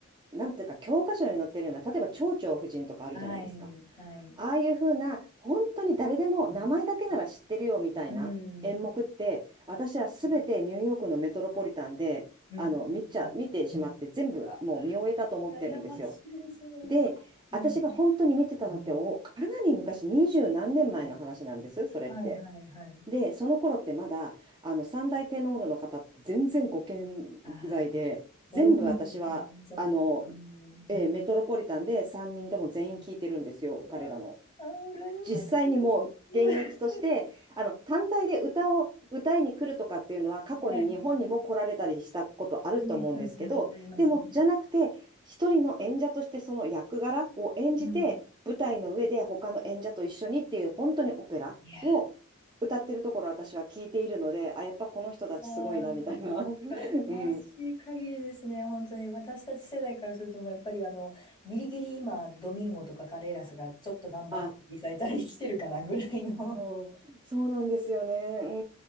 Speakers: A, on the right; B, on the left.
A: なんていうか、教科書に載ってるような、例えば、蝶々夫人とかあるじゃないですか。
B: はいはい
A: ああいうふうな、本当に誰でも名前だけなら知ってるよみたいな演目って、
B: うん
A: 私はすべてニューヨークのメトロポリタンで、
B: うんうん
A: あの、見ちゃ、見てしまって、全部もう見終えたと思ってるんですよ。
B: あ羨ましいですねうん
A: で、私が本当に見てたのってお、かなり昔、二十何年前の話なんです、それって。
B: はいはいはい
A: で、その頃ってまだ、あの、三大テノールの方って全然ご健在で、
B: ああ、
A: 全部私は、
B: 黄金期ですね、その頃。
A: あの、
B: うん。
A: えーメトロポリタンで3人とも全員聞いてるんですよ、
B: うわあ、
A: 彼らの。
B: ああ羨ましいです。
A: 実際にもう現役として、
B: <laughs>
A: あの、単体で歌を歌いに来るとかっていうのは、過去に日本にも来られたりしたことあると思うんですけど、
B: はい。うんうんうん。ありますね。
A: でも、じゃなくて、一人の演者としてその役柄を演じて、
B: うん。
A: 舞台の上で他の演者と一緒にっていう、本当にオペラを
B: いやー、
A: 歌ってるところ私は聞いているので、あ、やっぱこの人たちすごいな、
B: あー羨ましい限りですね、
A: みたいな。<laughs> うん。
B: 本当に。私たち世代からすると、もうやっぱりあの、ギリギリ今、ドミンゴとかカレーラスがちょっと頑張ってリサイタルに来てるかなぐらいの、
A: あ、そう、そうなんですよね。